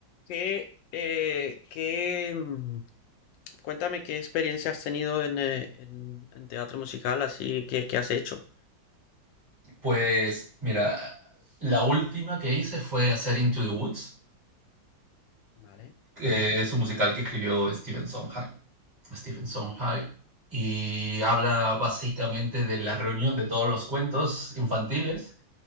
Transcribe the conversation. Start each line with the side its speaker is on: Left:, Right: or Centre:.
Left: ¿Qué, eh, qué, mm, cuéntame qué experiencia has tenido en, eh, en- en teatro musical, así que, que has hecho?
Right: Pues mira, la última que hice fue hacer Into the Woods,
Left: Vale.
Right: que es un musical que escribió Stephen Sondheim. Stephen Sondheim. Y habla básicamente de la reunión de todos los cuentos infantiles